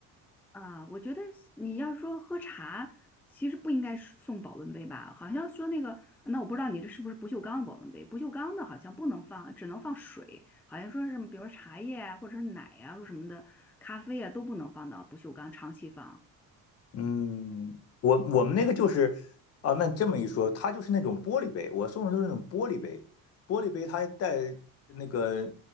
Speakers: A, in the centre; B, on the left.
A: 啊，我觉得你要说喝茶，其实不应该是送保温杯吧？好像说那个，那我不知道你这是不是不锈钢的保温杯？不锈钢的好像不能放，只能放水，好像说是比如说茶叶啊，或者是奶啊，或者什么的，咖啡啊都不能放到不锈钢长期放。
B: 嗯，我我们那个就是，啊，那这么一说，它就是那种玻璃杯，我送的都是那种玻璃杯，玻璃杯它带那个，